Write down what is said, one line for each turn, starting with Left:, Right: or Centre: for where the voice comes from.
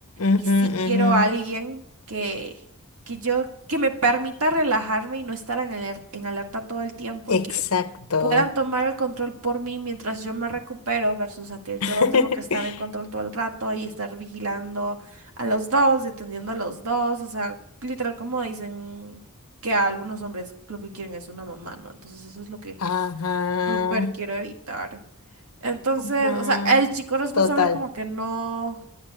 Left: ujú,
Right: Y sí quiero
Left: ujú.
Right: a alguien que, que yo, que me permita relajarme y no estar en aler- en alerta todo el tiempo y que
Left: Exacto.
Right: puedan tomar el control por mí mientras yo me recupero versus a que yo
Left: <laughs>
Right: tengo que estar en control todo el rato y estar vigilando a los dos y atendiendo a los dos. O sea, literal como dicen que a algunos hombres lo que quieren es una mamá, ¿no? Entonces eso es lo que
Left: Ajá,
Right: súper quiero evitar. Entonces,
Left: ajá.
Right: o sea, el chico responsable
Left: Total.
Right: como que no,